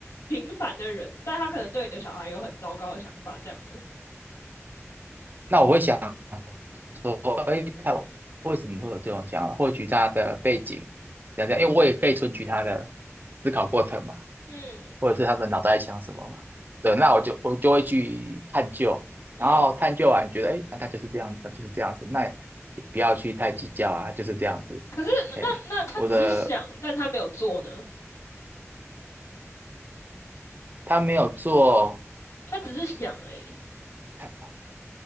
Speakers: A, on the left; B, on the right.
A: 平凡的人，但他可能对你的小孩有很糟糕的想法，这样子。
B: 那我会想说，诶，他为什么会有这种想法？获取他的背景，讲讲，因为我也可以存取他的思考过程嘛。
A: 嗯
B: 或者是他的脑袋在想什么嘛。对，那我就我就会去探究，
A: 嗯，
B: 然后探究完觉得，哎，那他就是这样子，那就是这样子，那也不要去太计较啊，就是这样子。
A: 可是那那他只是想，
B: 哎，我的
A: 但他没有做呢，
B: 他没有做，
A: 他只是想而已。
B: 他